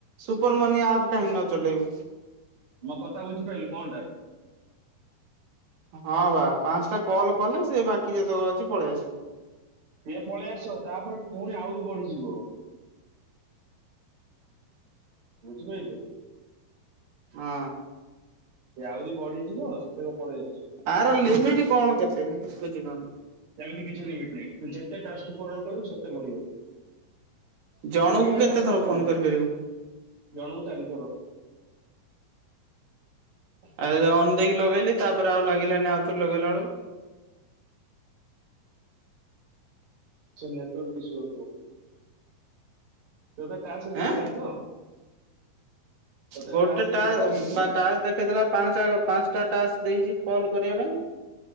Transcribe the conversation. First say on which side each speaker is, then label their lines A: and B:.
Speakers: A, on the right; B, on the right.
A: ସୁପର ମନି ଆପ୍ କାହିଁ ନ ଚଲେଇବୁ।
B: ମୋ କଥା ବୁଝିପାଇଲୁ କଣଟା?
A: ହଁ ବା ପାଂସଟା କଲ କଲେ ସେ ବାକି ଯେତକ ଅଛି ପଳେଇ ଆସିବ।
B: ସିଏ ପଳେଇ ଆସିବ ତାପରେ ଫୁଣି ଆହୁରି ବଢିଯିବ। ବୁଝିପାଇଲୁ?
A: ହଁ।
B: ସେ ଆହୁରି ବଢିଯିବ ସେ ପଳେଇ ଆସୁ।
A: ଆର ଲିମିଟ କଣ କେତେ ମୁଁ ବୁଝିପାରୁନି?
B: ସେମିତି କିଛି ଲିମିଟ ନାହିଁ ତୁ ଯେତେ ଟାସ୍କ ପୂରଣ କରିବୁ ସେତେ ବଢିବ।
A: ଜଣଙ୍କୁ
B: ତୁ କେଇଟା
A: କେତେ
B: ଟାସ୍କ
A: ଥର
B: କଲୁଣି
A: ଫୋନ କରିପାରିବୁ?
B: ଜଣକୁ ଚାରିଥର।
A: ଆଉ ଅନୁ ଦେଇ କି ଲଗେଇଲି ତାପରେ ଆଉ ଲାଗିଲାନି ଆଉଥରେ ଲଗେଇଲା ବେଳକୁ।
B: ସେ ନେଟୱର୍କ ଇସ୍ୟୁ ହେଇଥିବ। ତତେ ଟାସ୍କ ଦେଖେଇଲାଣି
A: ଆଁ
B: ତ? ତୋତେ
A: ଗୋଟେ
B: ଟାସ୍କ
A: ଟା
B: ଦେଖେଇଲାଣି ନା
A: ତା ଟାସ୍କ ଦେଖେଇ ଦେଲା ପାଟା ପାଂସଟା ଟା ଟାସ୍କ ଦେଇଛି କଲ୍ କରିବା ପାଇଁ।